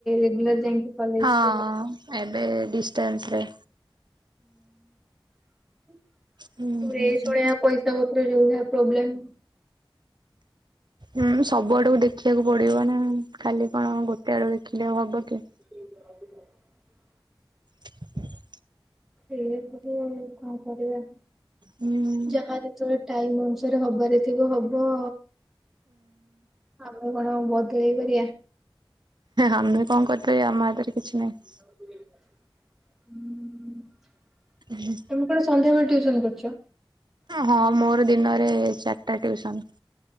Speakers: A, in the centre; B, on the right (about 55°).
A: ରେଗୁଲାର ଯାଇକି କଲେଜ
B: ହଁ ଏବେ ଡିଷ୍ଟାନ୍ସରେ
A: <inaudible>
B: ହୁଁ
A: ପଇସା
B: ହୁଁ ହୁଁ।
A: ପତ୍ର ଯୋଉ ଭଳିଆ ପ୍ରୋବ୍ଲେମ୍
B: ହୁଁ ସବୁଆଡକୁ ଦେଖିବାକୁ ପଡିବ ନା ଖାଲି କଣ ଗୋଟେ ଆଡକୁ ଦେଖିଲେ ଆଉ ହବ କି?
A: ସେ
B: ହ
A: ଏୟା ସବୁ ଆଉ କଣ କରିବା
B: ହୁଁ।
A: ଯାହା ଯେତେବେଳେ ଟାଇମ ଅନୁସାରେ ହବାରେ ଥିବ ହବ ଆ ଆଉ ଆଉ କଣ ଆଉ ବଦଳେଇ ପାରିବା
B: ଆମେ କଣ କରିପାରିବା ଆମ ହାତରେ କିଛି ନାହିଁ।
A: ହୁଁ।
B: ହୁଁ
A: ତୁମେ କଣ ସନ୍ଧ୍ୟାବେଳେ ଟୁସନ୍ କରୁଛ?
B: ହଁ ମୋର ଦିନରେ ଚାରିଟା ଟିଉସନ।